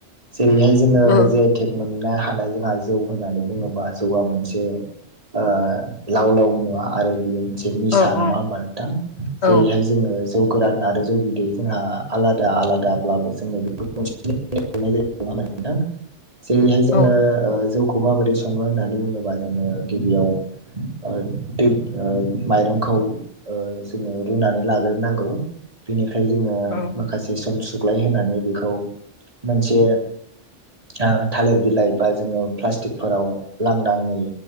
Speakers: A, on the right; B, on the left.
A: जेरैहाय जों
B: औ
A: टेक मोननो हानाय जोंहा जौ होननानै बुङोबा जौआ मोनसे ओ लाव लाव मुवा आरो बियो मोनसे निसा
B: औ औ
A: नङा होमबा नोंथां
B: औ
A: जेरैहाय जोङो जौ गोरान आरो जौ बिदै जोंहा आलादा आलादाब्लाबो जोंनो बेखौ होनां जेरैहाय जोङो
B: औ
A: जौखौ माबोरै सङो होननानै बुङोबा जोङो गिबियाव ओ दै माइरंखौ ओ जोङो रुनानै लाग्रोनांगौ बेनिफ्राय जोङो
B: औ
A: माखासे सम सुग्लाय होनोनानै बेखौ मोनसे ओ थालिर बिलाइ बा जोङो प्लास्टिकफोराव लांदाङै